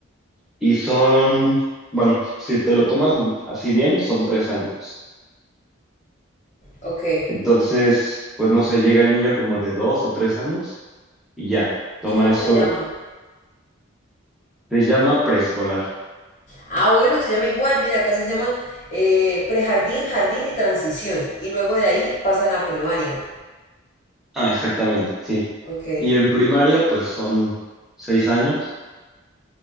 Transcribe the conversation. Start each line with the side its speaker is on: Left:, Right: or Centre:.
Centre: Y son, bueno, si te lo tomas así bien, son tres años.
Left: ok.
Centre: Entonces, pues no sé, llega el niño como de dos o tres años y ya, toma
Left: ¿Y cómo
Centre: eso,
Left: se llama?
Centre: se llama preescolar.
Left: Ah, bueno, se llama igual. Mira, acá se llama eh, prejardín, jardín y transición. Y luego de ahí pasan a primaria.
Centre: Ah, exactamente, sí.
Left: Ok.
Centre: Y en primaria, pues son seis años,